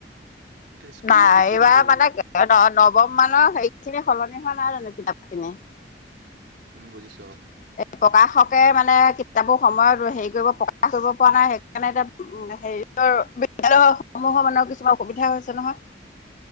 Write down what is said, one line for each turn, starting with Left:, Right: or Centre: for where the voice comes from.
Right: স্কুললে
Left: নাই
Right: সি কি
Left: এইবাৰ
Right: খাই যাব?
Left: মানে অ নৱম মানৰ সেইখিনি সলনি হোৱা নাই জানো কিতাপখিনি
Right: উম বুজিছ
Left: প্ৰকাশকে মানে কিতাপৰ সময়ত হেৰি কৰিব প্ৰকাশ কৰিব পৰা নাই সেইকাৰণে এতিয়া হেৰি বিদ্্যালয় সমূহৰ মানে কিছুমান অসুবিধা হৈছে নহয়